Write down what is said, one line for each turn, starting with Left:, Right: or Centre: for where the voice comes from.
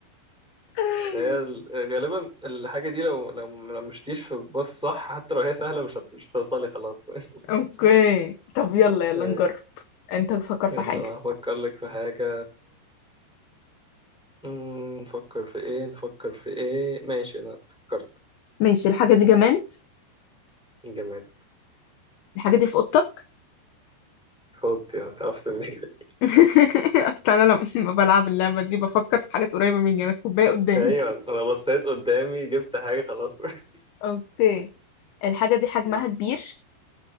Left: <laughs>
Centre: هي ال- غالبا الحاجة دي لو لو لو مشتيش في الباص صح حتى لو هي سهلة مش هت- مش هتوصلي خلاص <laughs>
Left: أوكي طب يلا يلا
Centre: أي.
Left: نجرب أنت فكر
Centre: يلا
Left: في حاجة
Centre: هفكر لك في حاجة أمم، نفكر في ايه نفكر في ايه ماشي انا فكرت
Left: ماشي الحاجة دي جماد
Centre: جماد
Left: الحاجة دي في أوضتك
Centre: خد يعني تعرفت منين <laughs>
Left: <laughs> اصل انا لما بلعب اللعبه دي بفكر في حاجات قريبه مني انا الكوبايه قدامي
Centre: ايوه انا بصيت قدامي جبت حاجة خلاص <laughs>
Left: <laughs> اوكي الحاجه دي حجمها
Centre: أمم.
Left: كبير